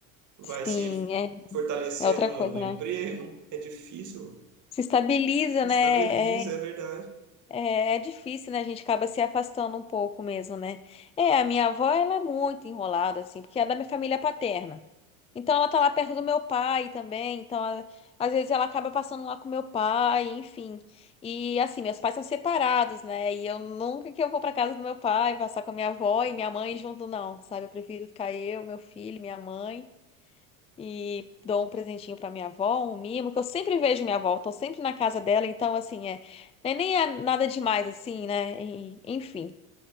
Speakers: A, on the right; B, on the left.
A: vai
B: Sim,
A: se
B: é,
A: fortalecendo
B: é outra
A: no,
B: coisa,
A: no emprego,
B: né?
A: é difícil,
B: Se estabiliza,
A: estabiliza,
B: né? É,
A: é verdade.
B: É, é difícil, né? A gente acaba se afastando um pouco mesmo, né? É, a minha avó, ela é muito enrolada, assim, porque ela é da minha família paterna. Então, ela tá lá perto do meu pai também. Então, ela- às vezes ela acaba passando lá com meu pai, enfim. E, assim, meus pais são separados, né? E eu nunca que eu vou pra casa do meu pai, passar com a minha avó e minha mãe junto, não, sabe? Eu prefiro ficar eu, meu filho, minha mãe e dou um presentinho pra minha avó, um mimo, que eu sempre vejo minha avó, tô sempre na casa dela, então assim, é, nem nem é nada demais assim, né? E- enfim.